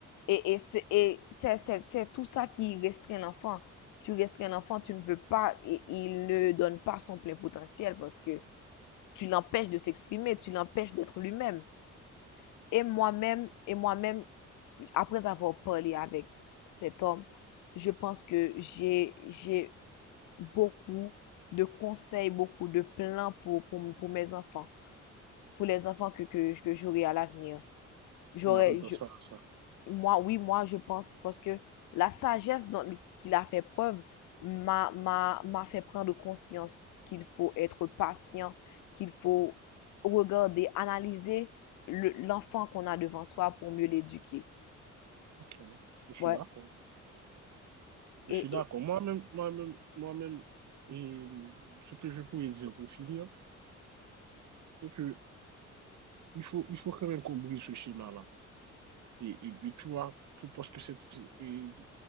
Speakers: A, on the left; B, on the right.
A: Et, et c'est et c'est- c'est- c'est tout ça qui restreint l'enfant. Tu restreins l'enfant, tu ne veux pas, et il ne donne pas son plein potentiel parce que tu l'empêches de s'exprimer, tu l'empêches d'être lui-même. Et moi-même, et moi-même, après avoir parlé avec cet homme, je pense que j'ai, j'ai beaucoup de conseils, beaucoup de plans pour, pour, pour mes enfants, pour les enfants que, que, que j'aurai à l'avenir. J'aurais,
B: Moi, je ne pense
A: je-
B: pas à ça.
A: moi, oui, moi, je pense, parce que la sagesse dont, qu'il a fait preuve m'a, m'a, m'a fait prendre conscience qu'il faut être patient, qu'il faut regarder, analyser le- l'enfant qu'on a devant soi pour mieux l'éduquer.
B: Ok, je suis
A: Ouais.
B: d'accord. Je
A: Et,
B: suis d'accord.
A: et-
B: Moi-même, moi-même, moi-même, et ce que je pourrais dire pour finir, c'est que il faut, il faut quand même qu'on brise ce schéma-là. Et, et, puis, tu vois, pour, parce que c'est, et